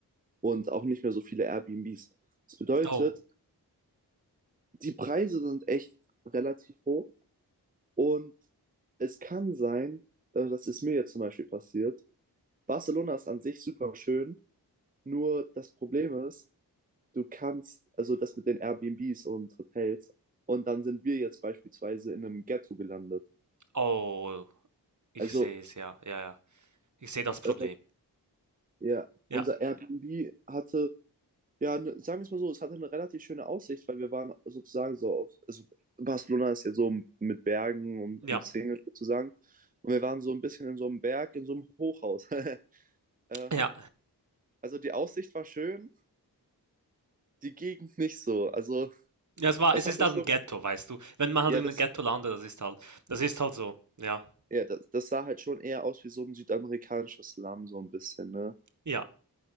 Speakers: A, on the right; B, on the right.
A: und auch nicht mehr so viele Airbnbs. Das bedeutet,
B: Oh,
A: die Preise sind echt relativ hoch Und es kann sein, äh, das ist mir jetzt zum Beispiel passiert. Barcelona ist an sich super schön, nur das Problem ist, du kannst, also das mit den Airbnbs und Hotels, und dann sind wir jetzt beispielsweise in einem Ghetto gelandet.
B: oh, ich
A: Also,
B: sehe es, ja, ja, ja. Ich sehe das Problem.
A: äh, ja,
B: Ja,
A: unser Airbnb hatte, ja, ne, sagen wir es mal so, es hatte eine relativ schöne Aussicht, weil wir waren sozusagen so auf, also Barcelona ist ja so mit Bergen um,
B: ja,
A: umzingelt sozusagen, und wir waren so ein bisschen in so einem Berg, in so einem Hochhaus. <laughs>
B: ja.
A: Also die Aussicht war schön, die Gegend nicht so. Also
B: Ja, es war,
A: das
B: es
A: hatte
B: ist halt
A: schon,
B: ein Ghetto, weißt du. Wenn man halt
A: ja,
B: in einem
A: das,
B: Ghetto landet, das ist halt, das ist halt so. Ja,
A: ja, das, das sah halt schon eher aus wie so ein südamerikanischer Slum, so ein bisschen, ne?
B: ja,